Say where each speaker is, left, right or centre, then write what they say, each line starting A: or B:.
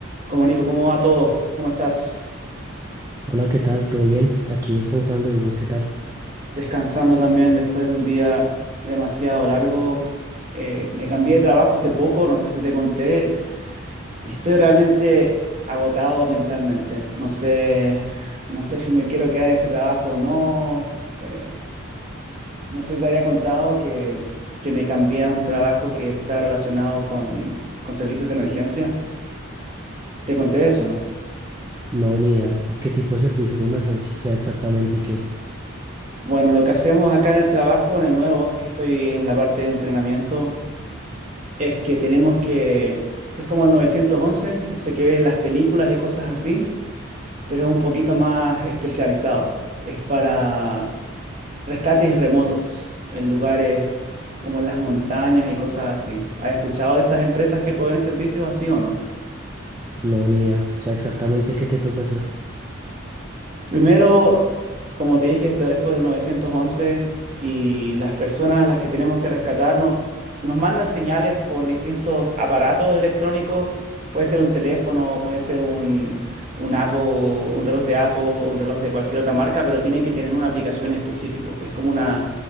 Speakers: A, on the right; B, on the right.
A: Como Nico, ¿cómo va todo? ¿Cómo estás?
B: Hola, ¿qué tal? ¿Todo bien? Aquí descansando. ¿Y vos qué tal?
A: Descansando también después de un día demasiado largo. Eh, me cambié de trabajo hace poco, no sé si te conté, y estoy realmente agotado mentalmente. No sé, no sé si me quiero quedar en este trabajo o no. Eh, no sé si te había contado que, que me cambié a un trabajo que está relacionado con, con servicios de emergencia. ¿Te conté eso o no?
B: No, ni idea. ¿Y qué tipo de servicios de emergencia? O sea, exactamente qué.
A: Bueno, lo que hacemos acá en el trabajo, en el nuevo, que estoy en la parte de entrenamiento. es que tenemos que, es como el 911 ese que ves en las películas y cosas así, pero es un poquito más especializado. Es para rescates remotos en lugares como en las montañas y cosas así. ¿Has escuchado de esas empresas que proveen servicios así o no?
B: No, ni idea. O sea, exactamente qué te toca hacer.
A: Primero, como te dije, es de eso del 911 y las personas a las que tenemos que rescatarnos nos mandan señales por distintos aparatos electrónicos. Puede ser un teléfono, puede ser un, un Apple, un reloj de Apple, un reloj de cualquier otra marca, pero tiene que tener una aplicación específica, que es como una